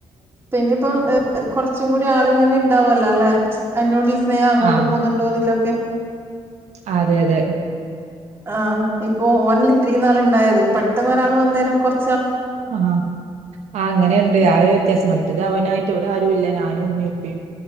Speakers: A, on the right; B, on the right.
A: പിന്ന് ഇപ്പം ഏ കുറച്ചും കൂടി ആള് ഇങ്ങനെ ഇണ്ടാവല്ല അല്ലേ അനുട്ടിൽ സ്നേഹം അങ്ങോട്ട്
B: ആ
A: പോന്നുണ്ടോന്നില്ലോക്കെ
B: അതെ അതെ
A: ആ ഇപ്പൊ ഓൻ ലിത്രീ നാൾ ഉണ്ടായത് പെട്ടന്ന് ഒരാൾ വന്നേരം കൊറ്
B: ആഹ് ആഹ് ആ അങ്ങനെണ്ട് ആ ഒരു വ്യത്യാസം മാറ്റാത് അവനായിട്ട് ഇവിടെ ആരുല്ല ഞാനും ഉമ്മിഉപ്പേം